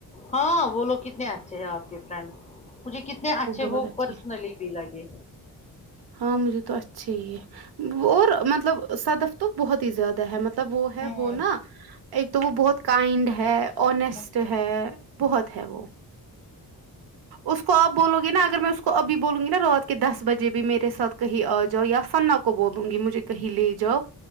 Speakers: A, on the left (about 20°); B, on the right (about 75°).
A: ہاں وہ لوگ کتنے اچھے ہیں آپ کے فرینڈس مجھے کتنے اچھے
B: بہت
A: وہ
B: اچھی
A: پرسنلی
B: ہے
A: بھی لگے
B: ہاں مجھے تو اچھا ہی ہے اور مطلب صدف تو بہت ہی زیادہ ہے مطلب وہ ہے
A: ہوں
B: وہ نا ایک تو وہ بہت کائنڈ ہے انیسٹ
A: ہوں
B: ہے بہت ہے وہ اس کو آپ بولو گے نا اگر میں اس کو ابھی بولوں گی نا رات کے دس بجے بھی میرے ساتھ کہیں آ جاؤ یا سنا کو کو بولوں گی مجھے کہیں لے جاؤ